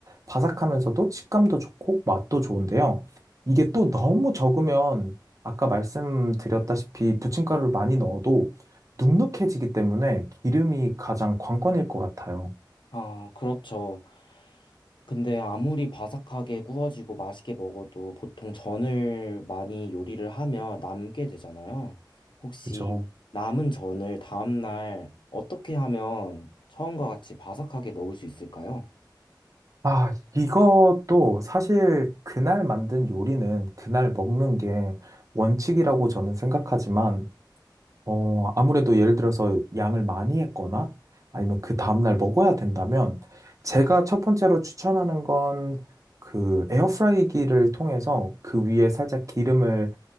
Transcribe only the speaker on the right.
바삭하면서도 식감도 좋고 맛도 좋은데요. 이게 또 너무 적으면 아까 말씀드렸다시피 부침가루를 많이 넣어도 눅눅해지기 때문에 기름이 가장 관건일 것 같아요.
그죠?
아, 이것도 사실 그날 만든 요리는 그날 먹는 게 원칙이라고 저는 생각하지만, 어, 아무래도 예를 들어서 양을 많이 했거나 아니면 그 다음날 먹어야 된다면 제가 첫 번째로 추천하는 건 그 에어프라이기를 통해서 그 위에 살짝 기름을